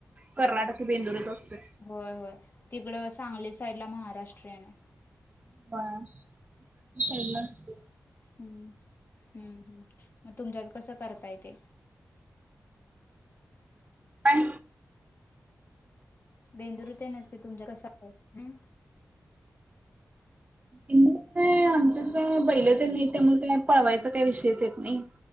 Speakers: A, on the right (about 25°); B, on the left (about 40°).
A: कर्नाटकी बेंदूरच असतोय.
B: होय होय. तिकडं सांगली साईडला महाराष्ट्रीयन आहे.
A: व्हय. त्या साइडला असतय.
B: हम्, हम्म, हम् मग तुमच्यात कसं करताय ते?
A: काय?
B: बेंदूर तेनच की तुमच कस आहे? हम्म
A: मगं काय आमच्यात बैल तेन नाहीत त्यामुळे काय पळवायचा काय विषयच येत नाही.